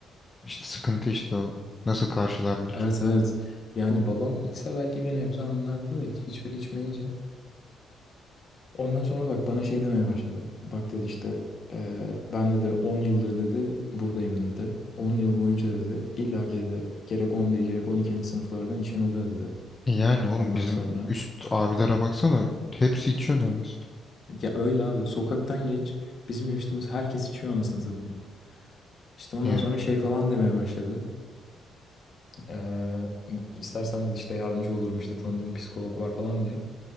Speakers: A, on the left; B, on the left.
A: İşte sıkıntı işte o. Nasıl karşılarlar?
B: Evet evet. Yani babam içse belki bir nebze anlardı da hiç- hiçbiri içmeyince. Ondan sonra bak bana şey demeye başladı. Bak dedi işte eee, ben dedi 10 yıldır dedi buradayım dedi. on yıl boyunca dedi illa ki dedi gerek 11 gerek 12. sınıflardan içen oluyor dedi.
A: E Yani oğlum
B: Ondan
A: bizim
B: sonra.
A: üst abilere baksana hepsi içiyor neredeyse.
B: Ya öyle abi sokaktan geç bizim yaşadığımız herkes içiyor anasını satayım. İşte ondan
A: Yani
B: sonra şey falan demeye başladı. Eee istersen dedi işte yardımcı olurum işte tanıdığım psikolog var falan diye.